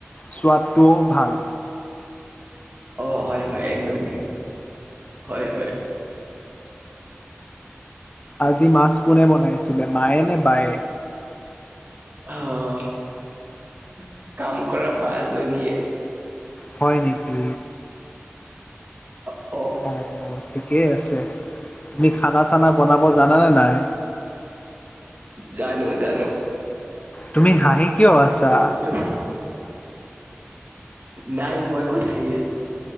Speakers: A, on the left; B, on the right.
A: চোৱাদটোও ভাল
B: অ' হয়, হয়। একদম ঠিক হয় হয়
A: আজি মাছ কোনে বনাইছিলে মায়ে নে বায়ে।
B: হা কাম কৰা বা জনীয়ে।
A: হয় নেকি?
B: অ
A: অ ঠিকেই আছে। তুমি খানা চানা বনাব জানানে নাই।
B: জানো। জানো।
A: তুমি হাঁহি কিয় আছা?
B: তু- তু- নাই মই ক'ত হাঁহি আছো।